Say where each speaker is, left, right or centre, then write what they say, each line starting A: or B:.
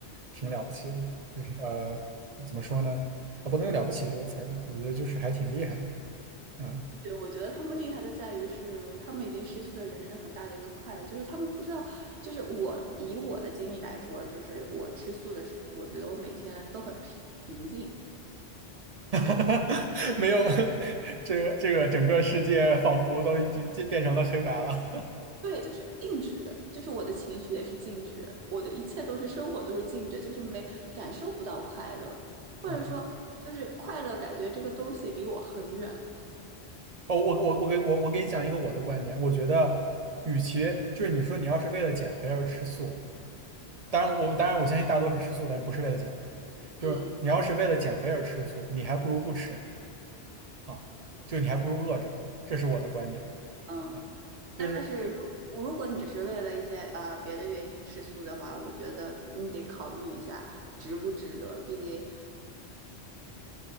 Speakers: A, on the right; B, on the right.
A: 挺了不起的。就是呃，怎么说呢？啊，不能用“了不起”这个词儿吧？我觉得就是还挺厉害的啊。
B: 对，我觉得他们厉害的在于是，他们已经失去了人生很大的一个快乐，就是他们不知道，就是我以我的经历来说，就是我吃素的时候，我觉得我每天都很平平静，
A: <laughs> 没有，<laughs> 这个这个整个世界仿佛都已经变变成了黑白了。
B: 对，就是静止，就是我的情绪也是静止，我的一切都是生活都是静止，就是没感受不到快乐，或者说就是快乐感觉这个东西离我很远，
A: <laughs> 嗯，哦，我我我给我我给你讲一个我的观点，我觉得，与其就是你说你要是为了减肥而吃素。当然我，当然我相信大多数吃素的人不是为了减肥，就是你要是为了减肥而吃素，
B: 嗯
A: 你还不如不吃啊，就你还不如饿着，这是我的观点
B: 嗯。
A: 啊，
B: 但是如如果你只是为了一些呃别的原因吃素的话，
A: 就是
B: 我觉得你得考虑一下值不值得，毕竟